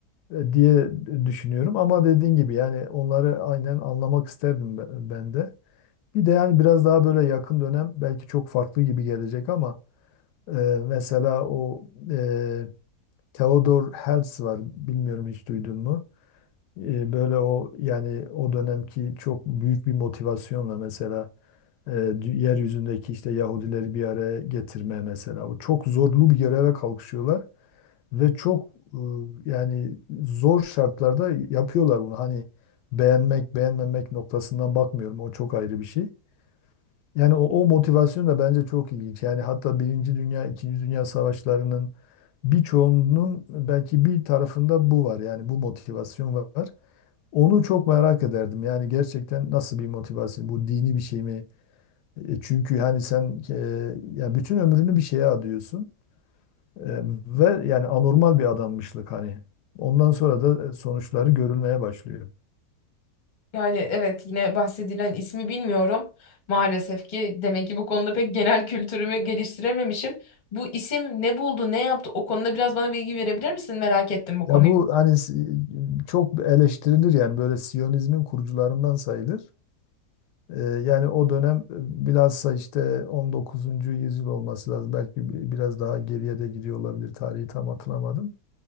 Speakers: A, on the left; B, on the left.
A: e, diye düşünüyorum. Ama dediğin gibi yani onları aynen anlamak isterdim be- ben de. Bir de yani biraz daha böyle yakın dönem belki çok farklı gibi gelecek ama e, mesela o e, Theodor Herzl var bilmiyorum hiç duydun mu? E, böyle o yani o dönemki çok büyük bir motivasyonla mesela e, dü- yeryüzündeki işte Yahudileri bir araya getirme mesela. O çok zorlu bir göreve kalkışıyorlar ve çok e, yani zor şartlarda yapıyorlar bunu. Hani beğenmek beğenmemek noktasından bakmıyorum o çok ayrı bir şey. Yani o, o motivasyon da bence çok ilginç. Yani hatta Birinci Dünya, İkinci Dünya Savaşlarının birçoğunun belki bir tarafında bu var. Yani bu motivasyon var. Onu çok merak ederdim. Yani gerçekten nasıl bir motivasyon? Bu dini bir şey mi? E, Çünkü hani sen e, ya bütün ömrünü bir şeye adıyorsun E, ve yani anormal bir adanmışlık hani. Ondan sonra da e, sonuçları görülmeye başlıyor.
B: Yani evet yine bahsedilen ismi bilmiyorum. Maalesef ki demek ki bu konuda pek genel kültürümü geliştirememişim. Bu isim ne buldu, ne yaptı? O konuda biraz bana bilgi verebilir misin? Merak ettim bu
A: Ya
B: konuyu.
A: bu hani s- çok eleştirilir yani böyle Siyonizmin kurucularından sayılır. Ee, Yani o dönem e, bilhassa işte 19. yüzyıl olması lazım. Belki bi- biraz daha geriye de gidiyor olabilir. Tarihi tam hatırlamadım.